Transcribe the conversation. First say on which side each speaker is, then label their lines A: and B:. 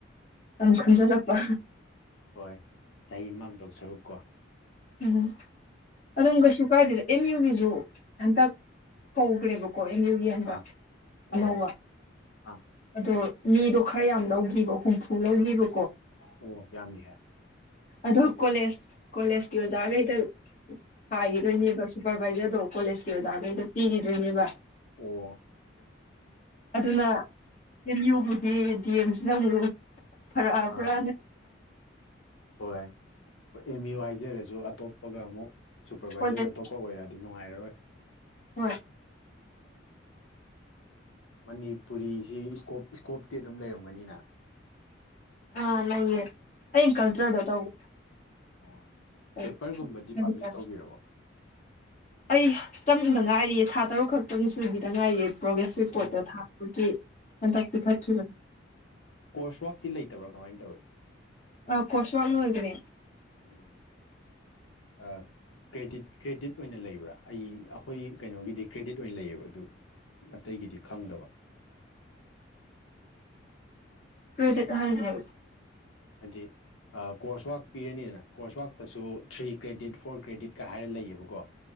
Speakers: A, on the left; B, on the left.
A: ꯑꯗꯨꯝ ꯈꯟꯖꯜꯂꯛꯄ
B: ꯍꯣꯏ ꯆꯍꯤ ꯃꯥꯡꯗꯧ ꯁꯔꯨꯛ ꯀꯣ
A: ꯎꯝ ꯑꯗꯨꯝ ꯀꯩꯁꯨ ꯀꯥꯏꯗꯦꯗ ꯑꯦꯝ ꯌꯨꯒꯤꯁꯨ ꯍꯟꯇꯛ ꯀꯧꯒ꯭ꯔ‌ꯦꯕ ꯀꯣ ꯑꯦꯝ ꯌꯨꯒꯤ ꯍꯟꯗꯛ
B: ꯑꯥ
A: ꯑꯅꯧꯕ
B: ꯑꯣ ꯑꯥ
A: ꯑꯗꯣ ꯃꯤꯗꯣ ꯈꯔ ꯌꯥꯝ ꯂꯧꯈꯤꯕ ꯍꯨꯝꯐꯨ ꯂꯧꯒꯤꯕ
B: ꯑꯣ ꯌꯥꯝꯃꯤ ꯍ‌ꯦ
A: ꯑꯗꯨ ꯀꯣꯂꯦꯖ ꯀꯣꯂꯦꯖꯀꯤ ꯑꯣꯖꯥꯈꯩꯗꯪ ꯍꯥꯏꯒꯤꯗꯣꯏꯅꯦꯕ
B: ꯑꯥ
A: ꯁꯨꯄꯔ ꯚꯥꯏꯖꯔꯗꯣ ꯀꯣꯂꯦꯖꯀꯤ ꯑꯣꯖꯥꯒꯩꯗ ꯄꯤꯈꯤꯗꯣꯏꯅꯦꯕ
B: ꯑꯣ
A: ꯑꯗꯨꯅ ꯑꯦꯝ ꯌꯨ ꯒꯤꯗꯤ ꯗꯤ ꯑꯦꯝ ꯖꯤ ꯅ ꯑꯃꯨꯛ ꯐꯔꯛ ꯑꯕ꯭ꯔꯥ
B: ꯑꯥ
A: ꯅ
B: ꯍꯣꯏ ꯍꯣꯏ ꯑꯦꯝ ꯌꯨ ꯍꯥꯏꯖꯔꯁꯨ ꯑꯇꯣꯞꯄꯒ ꯑꯃꯨꯛ ꯁꯨꯄꯔꯚꯏꯖꯔ
A: ꯀꯣꯂꯦꯖ
B: ꯑꯇꯣꯞꯄ ꯄ ꯑꯣꯏꯔꯗꯤ ꯅꯨꯡꯉꯥꯏꯔꯔꯣꯏ
A: ꯍꯣꯏ
B: ꯑ ꯃꯅꯤꯄꯨꯔꯤꯁꯤ ꯏꯁꯀꯣꯞ ꯏꯁꯀꯣꯞꯇꯤ ꯑꯗꯨꯝ ꯂꯩꯔꯝꯒꯅꯤꯅ
A: ꯑ ꯂꯩꯌꯦ ꯑꯩ ꯀꯜꯆꯔꯗ
B: ꯎꯝ
A: ꯇꯧꯕ
B: ꯑꯣ
A: <unintelligible>
B: ꯄꯦꯄꯔꯒꯨꯝꯕꯗꯤ ꯄꯥꯕ꯭ꯂꯤꯁ ꯇꯧꯕꯤꯔꯕꯣ
A: ꯑꯩ ꯆꯪꯗ ꯉꯥꯏꯔꯤꯌꯦ ꯊꯥ ꯇꯔꯨꯛ ꯈꯛꯇꯪ ꯁꯨꯒꯤꯗ ꯉꯥꯏꯔꯤꯌꯦ ꯄ꯭ꯔꯣꯒꯦꯁ ꯔꯤꯄꯣꯔꯠꯇ
B: ꯑꯣ
A: ꯊꯥ ꯑꯃꯒꯤ ꯍꯟꯗꯛ ꯄꯤꯈꯠꯈꯤꯕ
B: ꯀ꯭ꯔꯣꯁ ꯋꯥꯛꯇꯤ ꯂꯩꯇꯕ꯭ꯔꯥ ꯀꯃꯥꯏ ꯇꯧꯏ
A: ꯑ ꯀ꯭ꯔꯣꯁ ꯋꯥꯛ ꯂꯣꯏꯒꯔꯦ
B: ꯎꯝ ꯑꯥ ꯀ꯭ꯔꯦꯗꯤꯠ ꯀ꯭ꯔꯦꯗꯤꯠ ꯑꯣꯏꯅ ꯂꯩꯕ꯭ꯔ ꯑꯩ ꯑꯩꯈꯣꯏ ꯀꯩꯅꯣꯒꯤꯗꯤ ꯀ꯭ꯔꯦꯗꯤꯠ ꯑꯣꯏꯅ ꯂꯩꯌꯦꯕ ꯑꯗꯨ ꯑꯇꯩꯒꯤꯗꯤ ꯈꯪꯗꯕ
A: ꯀ꯭ꯔꯦꯗꯤꯠ ꯍꯥꯏꯖꯦ
B: ꯍꯥꯏꯗꯤ ꯀ꯭ꯔꯣꯁ ꯋꯥꯛ ꯄꯤꯔꯅꯤꯗꯅ ꯀ꯭ꯔꯣꯁ ꯋꯥꯛꯇꯁꯨ ꯊ꯭ꯔꯤ ꯀ꯭ꯔꯦꯗꯤꯠ ꯐꯣꯔ ꯀ꯭ꯔꯦꯗꯤꯠꯀ ꯍꯥꯏꯔ ꯂꯩꯌꯦꯕꯀꯣ